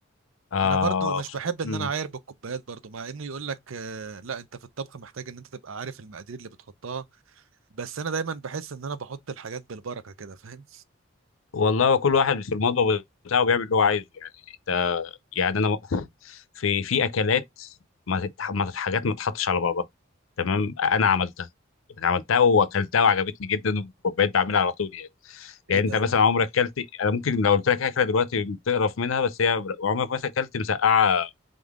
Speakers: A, on the left; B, on the right.
A: آه
B: انا برضو مش
A: خصو-
B: بحب ان
A: مم.
B: انا اعاير بالكوبايات برضو مع انه يقول لك آه، لا انت في الطبخ محتاج ان انت تبقى عارف المقادير اللي بتحطها بس انا دايما بحس ان انا بحط الحاجات بالبركة كده فاهم
A: والله هو كل واحد في المطبخ بتاعه بيعمل اللي هو عايزه يعني انت يعني انا <laughs> في في اكلات ما تتح- ما تت- حاجات ما تتحطش على بعضها تمام انا عملتها يعني عملتها واكلتها وعجبتني جدا وبقيت بعملها على طول يعني
B: <laughs> ايه
A: يعني
B: ده
A: انت مثلا عمرك اكلت انا ممكن لو قلت لك اكله دلوقتي تقرف منها بس هي عمرك مثلا اكلت مسقعه